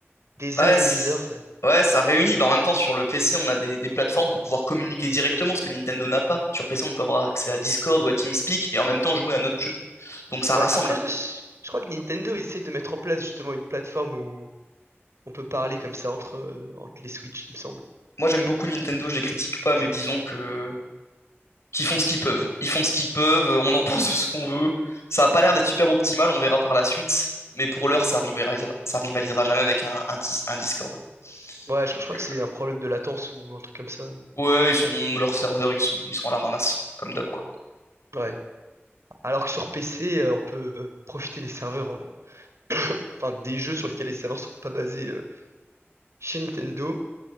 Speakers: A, on the right (about 80°); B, on the left (about 80°).
A: des
B: Ouais,
A: heures
B: c-
A: et des heures.
B: ouais, ça réunit. Bah, en même temps, sur le PC, on a des, des plateformes pour pouvoir communiquer directement, ce que Nintendo n'a pas. Sur PC, on peut avoir accès à Discord ou à TeamSpeak et en même temps jouer à notre jeu. Donc ça
A: Ouais,
B: rassemble.
A: après, là, je, je crois que Nintendo, ils essayent de mettre en place justement une plateforme où on peut parler comme ça entre, euh, entre les Switch, il me semble.
B: Moi, j'aime beaucoup Nintendo, je les critique pas, mais disons que qui font ce qu'ils peuvent. Ils font ce qu'ils peuvent, on en <laughs> pense ce qu'on veut. Ça a pas l'air d'être super optimal, on verra par la suite. Mais pour l'heure, ça rivalisera, ça rivalisera jamais avec un, un, un Discord.
A: Ouais, je,
B: Donc,
A: je crois que c'est un problème de latence ou un truc comme ça.
B: euh, ouais, ils sont, leurs serveurs, ils sont, ils sont à la ramasse, comme d'hab, quoi.
A: Ouais. Alors que sur PC, euh, on peut euh, profiter des serveurs, euh, enfin des jeux sur lesquels les serveurs ne sont pas basés euh, chez Nintendo.